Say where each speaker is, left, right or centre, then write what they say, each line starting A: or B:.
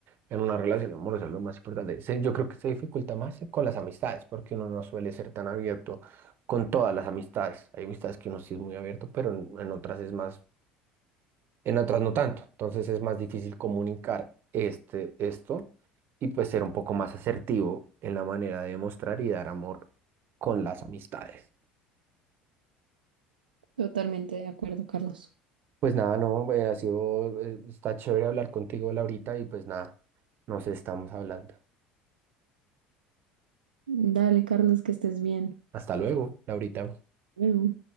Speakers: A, on the right (about 50°); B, on the right (about 80°).
A: en una relación amorosa es lo más importante. Se- Yo creo que se dificulta más eh, con las amistades, porque uno no suele ser tan abierto con todas las amistades. Hay amistades que uno sí es muy abierto, pero en en otras es más en otras no tanto. Entonces es más difícil comunicar este, esto y pues ser un poco más asertivo en la manera de mostrar y dar amor con las amistades.
B: Totalmente de acuerdo, Carlos.
A: Pues nada, no, eh, ha sido, eh, está chévere hablar contigo, Laurita, y pues nada, nos estamos hablando.
B: Dale, Carlos, que estés bien.
A: Hasta luego, Laurita.
B: Bueno.